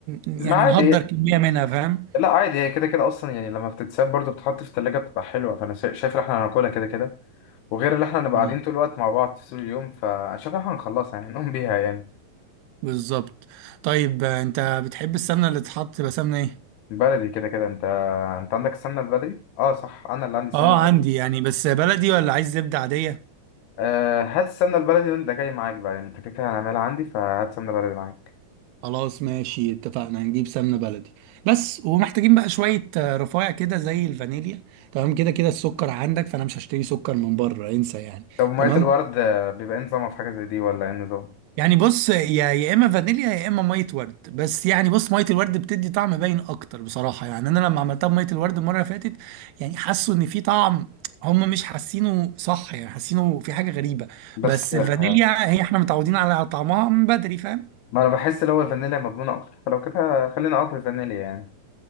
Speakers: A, on the right; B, on the left.
A: ن...
B: ما
A: يعني
B: عادي
A: نهدر كمية منها فاهم
B: لا عادي هي كده كده اصلا يعني لما بتتساب برضو بتحط في التلاجة بتبقى حلوه فانا شا- شايف ان احنا هناكلها كده كده وغير ان احنا هنبقى
A: آه.
B: قاعدين طول الوقت مع بعض طول اليوم فانا شايف ان احنا هنخلصها يعني نقوم بيها يعني
A: بالظبط طيب آه، انت بتحب السمنة اللي تتحط تبقى سمنة ايه
B: بلدي كده كده انت انت عندك السمنه البلدي اه صح انا اللي عندي السمنه
A: اه
B: البلدي
A: عندي يعني بس بلدي ولا عايز زبدة عادية
B: آه هات السمنه البلدي وانت جاي معاك بقى يعني انت كده كده هنعملها عندي فهات سمنه بلدي معاك
A: خلاص ماشي اتفقنا هنجيب سمنة بلدي بس ومحتاجين بقى شوية آه، رفايع كده زي الفانيليا تمام كده كده السكر عندك فانا مش هشتري سكر من بره انسى يعني
B: طب ميه
A: تمام
B: الورد آه، بيبقى ايه نظامها في حاجه زي دي ولا ايه النظام
A: يعني بص يا يا اما فانيليا يا اما ميه ورد بس يعني بص ميه الورد بتدي طعم باين اكتر بصراحه يعني انا لما عملتها بميه الورد المره اللي فاتت يعني حسوا ان في طعم هم مش حاسينه صح يعني حاسينه في حاجه غريبه
B: بس
A: بس
B: آه
A: الفانيليا هي احنا متعودين على طعمها من بدري فاهم
B: ما انا بحس ان هو الفانيليا مضمونه اكتر فلو كده خلينا اه في الفانيليا يعني